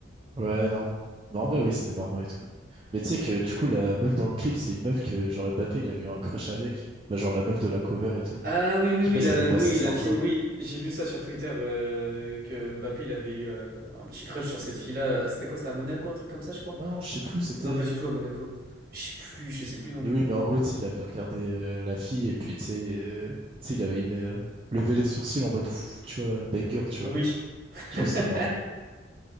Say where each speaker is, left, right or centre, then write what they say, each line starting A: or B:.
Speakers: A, on the right; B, on the right.
A: Ouais, non. Mais en vrai, oui, c'était marrant et tout. Mais tu sais que du coup, la meuf dans le clip, c'est une meuf que genre Mbappé, il avait eu un crush avec. Bah, genre la meuf de la cover et tout.
B: Ah oui, oui,
A: Je sais
B: oui,
A: pas
B: la,
A: si t'avais passé
B: oui,
A: cette
B: la
A: info.
B: fille, oui, j'ai vu ça sur Twitter euh, que Mbappé il avait eu euh, un petit crush sur cette fille-là. Ah, C'était quoi? C'était à Monaco, un truc comme ça, je crois?
A: Non, je sais plus où c'était.
B: Non, pas du tout à Monaco. Je sais plus, je sais plus non
A: Mais
B: plus.
A: oui, mais en gros, tu sais, il avait regardé euh, la fille et puis, tu sais, euh, tu sais, il avait il a levé les sourcils en mode, Pff, tu vois, banger, tu vois.
B: Oui, <laughs>
A: Du coup, c'était marrant.